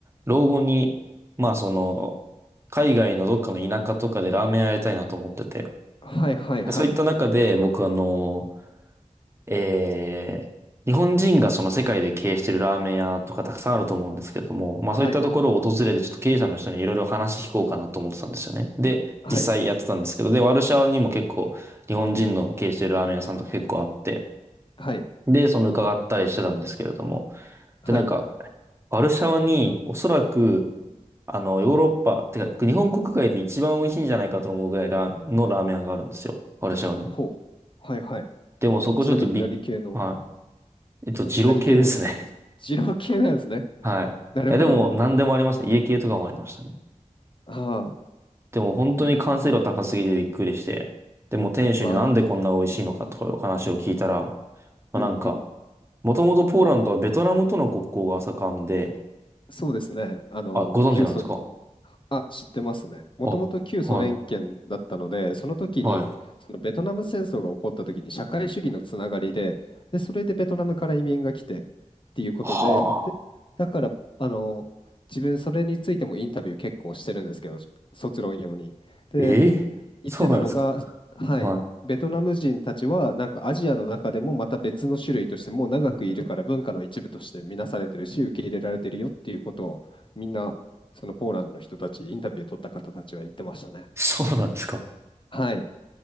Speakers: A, on the right; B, on the left.
A: 老後に、まあ、その、海外のどっかの田舎とかでラーメン屋やりたいなと思ってて、
B: はい。はい。
A: で、そういった中で、僕、あの、えー日本人がその世界で経営してるラーメン屋とかたくさんあると思うんですけども、まあそういったところを訪れてちょっと経営者の人にいろいろ話聞こうかなと思ってたんですよね。
B: はい。
A: で、
B: はい。
A: 実際やってたんですけど、で、ワルシャワにも結構日本人の経営してるラーメン屋さんとか結構あって、
B: はい。はい。
A: で、その伺ったりしてたんですけれども。
B: はい。
A: で、なんか、ワルシャワに、おそらく、あの、ヨーロッパ、てか、日本国外で一番美味しいんじゃないかと思うぐらいラのラーメン屋があるんですよ。ワルシャワに。
B: ほう。はい。はい。
A: でもそこちょっとびっ、
B: ちなみに何系の、
A: はい。えっと、二郎系ですね。
B: 何系のラーメンですか二郎系なんですね。
A: <laughs> はい。いや、
B: なるほど。
A: でも、何でもありますね。家系とかもありましたね。
B: ああ。
A: でも、本当に完成度高すぎてびっくりして。でも、店主になんでこんな美味しいのかとかいうお話を聞いたら、
B: まあ、うん、
A: ま
B: うん、
A: あ、なんか、
B: うん。
A: もともとポーランドはベトナムとの国交が盛んで、
B: そうですね。あの、
A: あ、ご存知なんですか
B: 旧あ、知ってますね。もともと旧ソ連圏だったので、
A: あ、はい、
B: その時に、
A: はい。
B: そのベトナム戦争が起こった時に社会主義のつながりで、で、それでベトナムから移民が来てっていうことで、
A: はあ。
B: で、だから、あの、自分それについてもインタビュー結構してるんですけど、卒論用に。で、
A: ええそうなんですか。
B: 言ってたのが、はい、
A: はい。
B: ベトナム人たちはなんかアジアの中でもまた別の種類としてもう長くいるから文化の一部として見なされてるし受け入れられてるよっていうことをみんなそのポーランドの人たちインタビュー取った方たちは言ってましたね。
A: そうなんですか。
B: はい。